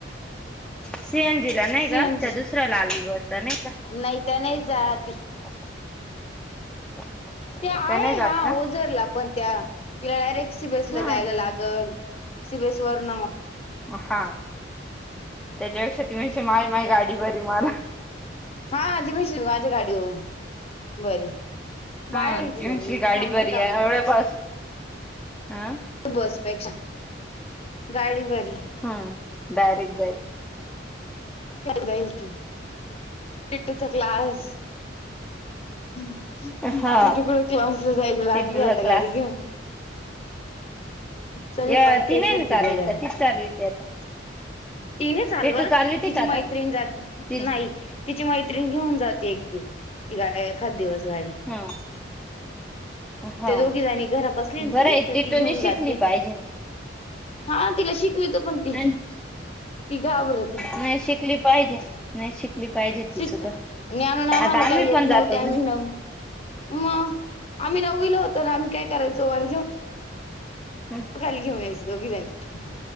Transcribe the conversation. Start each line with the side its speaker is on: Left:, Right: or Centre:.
Centre: सीएनजी ला नाही
Left: सीएनजी
Centre: का त्या दुसऱ्या लालवि ब असला नाही का.
Left: नाही तर नाही जा ती.
Centre: <inaudible>
Left: त्या आहे
Centre: नाही जात
Left: हा
Centre: का
Left: ओझरला पण त्या तिला डायरेक्ट सी बसला
Centre: हा
Left: जायला लागल. सी बी एस वरण.
Centre: हा त्याच्यापेक्षा ती म्हणजे माय माय गाडी बरी मला.
Left: हा दिमश माझ्या गाडी बरी. बाहेर
Centre: हा
Left: ती दोन
Centre: म्हणशील
Left: मिनटं
Centre: गाडी
Left: थांबर
Centre: बरी
Left: का
Centre: आहे
Left: का.
Centre: एवढ्या पास हा.
Left: त बसपेक्षा गाडी बरी.
Centre: हम्म डारेक्ट जाय.
Left: जाईल तूचा क्लास. तेवढ
Centre: हा
Left: कुठ क्लामसला जायला लागली
Centre: टिटूला
Left: आता
Centre: क्लास
Left: गाडी घेऊन. चल
Centre: या
Left: पंचायतीवरलती
Centre: ती नाही ना चालू
Left: गेल्या.
Centre: आहेत का तीच चालू होती आता
Left: तिने चालव
Centre: टिटू चालूती
Left: तिची
Centre: का आता
Left: मैत्रिण जात
Centre: ती
Left: नाही. तिची मैत्रीिणी घेऊन जाते एक दिव तीा एखाद दिवस गाडी.
Centre: हा हा
Left: ते दोघी जणी घरापसली
Centre: बरं
Left: ती
Centre: आहे
Left: तर
Centre: टिटूनी
Left: ती घेऊन जाते.
Centre: शिकली पाहिजे
Left: हा तिला शिकवितो पण ती
Centre: नाही
Left: ती घाबरती.
Centre: नाही शिकली पाहिजे नाही शिकली पाहिजे ती
Left: शिक
Centre: सुद्धा
Left: आणून आम्हाला
Centre: आता आम्ही
Left: काही येत
Centre: पण
Left: नव्हते
Centre: जातो
Left: आम्ही
Centre: ग.
Left: नऊ मग आम्ही नवल होतो आम्ही काय करायचो घेऊ.
Centre: हम
Left: खाली घेऊन यायचं दोघी जणी